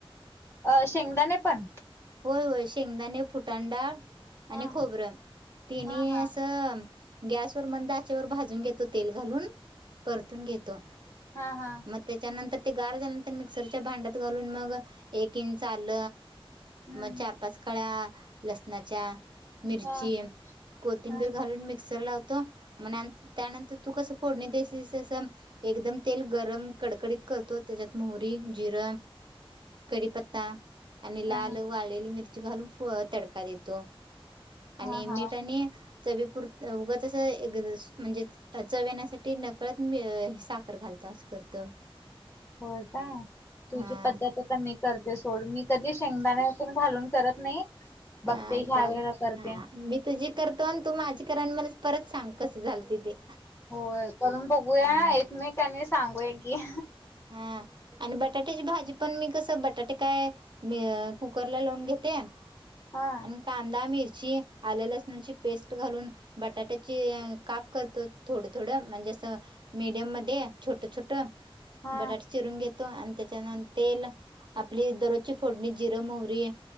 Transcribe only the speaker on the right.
होय होय. शेंगदाणे, फुटाणेडाळ.
आणि खोबरं तिनि
असं गॅसवर मंद आचेवर भाजून घेतो तेल घालून. परतून घेतो.
मग त्याच्यानंतर ते गार झाल्यानंतर मिक्सरच्या भांड्यात घालून, मग एक चाल.
मग चार, पाच कळ्या लसणाच्या, मिरची,
कोथिंबीर
घालून मिक्सर लाव तो म त्यानंतर तू कसं? फोडणी ते अस अस एकदम तेल गरम कडकडीत करतो, त्याच्यात मोहरी, जिर, कडि ता आणि लाल
वाळलेली मिर घालून तडका देतो. आणि
मीठ आणि चवीपुरत उगंच अस म्हणजे चव येण्यासाठी नकळत मी साखर घालतो अस करतो.
हा
हा
चालते
हा मी तुझी करतो. तू माझी कर आणि मला परत सांग कस झालतेि ते
हम्म
हा आणि बटाट्याची भाजी पण मी कस बटाटे काय मी कुकर ला लावून घेते.
आणि कांदा मिरची ह्याची आल लसनाची पेस्ट घालून बटाट्याची काप करतो थोड थोड, म्हणजे अस मिडीयम मध्ये छोट छोट
बटाट चिरून घेत. आणि त्याच्यानंतर तेल आपली दररोजची फोडणी जिरं मोहरी